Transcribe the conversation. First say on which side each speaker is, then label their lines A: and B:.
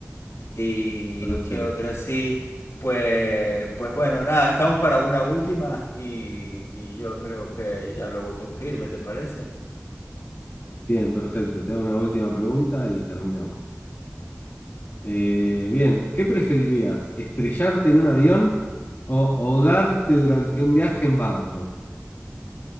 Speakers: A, on the left; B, on the left.
A: ¿Y
B: perfecto.
A: qué otra sí? Pues, pues bueno, nada, estamos para una última y, y yo creo que ya luego tengo que irme, ¿te parece?
B: Bien, perfecto. Te hago una última pregunta y terminamos. Eh, bien, ¿qué preferirías? ¿Estrellarte en un avión o ahogarte durante un viaje en barco?